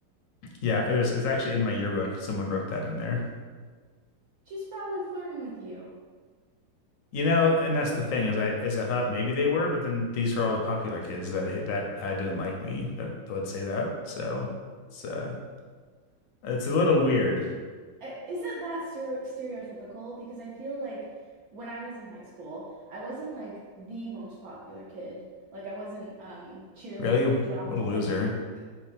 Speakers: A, on the left; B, on the right.
A: Yeah, it was it's actually in my yearbook. Someone wrote that in there.
B: She's probably flirting with you.
A: You know, and that's the thing is I is I thought maybe they were, but then these were all the popular kids that that uh, didn't like me that would say that. So it's uh it's a little weird.
B: I, is it that stereo stereotypical? Because I feel like when I was in high school, I wasn't like the most popular kid. Like I wasn't um cheerleader
A: Really?
B: jock
A: What a
B: type.
A: loser.
B: <laughs>